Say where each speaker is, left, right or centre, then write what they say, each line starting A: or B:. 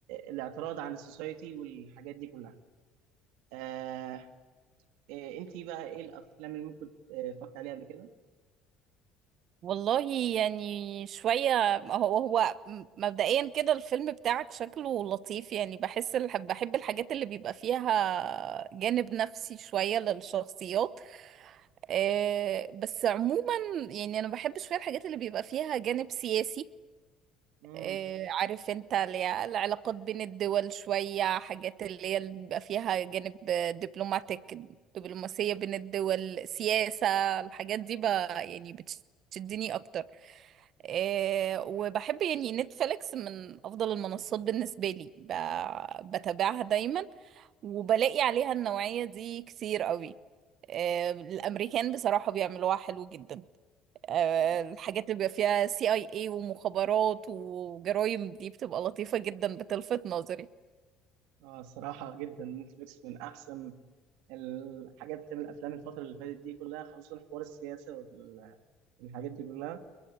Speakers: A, on the right; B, on the right.
A: الاعتراض عن السوسايتي والحاجات دي كلها آه... آه... انتي بقى ايه الافلام اللي ممكن آه، اتفرجت عليها قبل كده؟
B: والله يعني شوية هو هو مبدئيا كده الفيلم بتاعك شكله لطيف يعني بحس الح- بحب الحاجات اللي بيبقى فيها جانب نفسي شوية للشخصيات آه، بس عموما يعني أنا بحب شوية الحاجات اللي بيبقى فيها جانب سياسي
A: مم.
B: إيه، عارف انت اللي هي العلاقات بين الدول شوية حاجات اللي هي اللي بيبقى فيها جانب دبلوماتيك دبلوماسية بين الدول سياسة الحاجات دي بقى يعني بتشدني أكتر إيه، وبحب يعني نتفليكس من أفضل المنصات بالنسبة لي ب- بتابعها دايما وبلاقي عليها النوعية دي كتير قوي إيه، الأمريكان بصراحة بيعملوها حلو جدا آه،
A: اه
B: الحاجات اللي بيبقى فيها سي اي اي ومخابرات وجرايم دي بتبقى لطيفة جدا بتلفت نظري
A: اه صراحة جدا نتفليكس من احسن الحاجات بتعمل الافلام الفتره اللي فاتت دي كلها خصوصا حوار السياسه وال- والحاجات دي كلها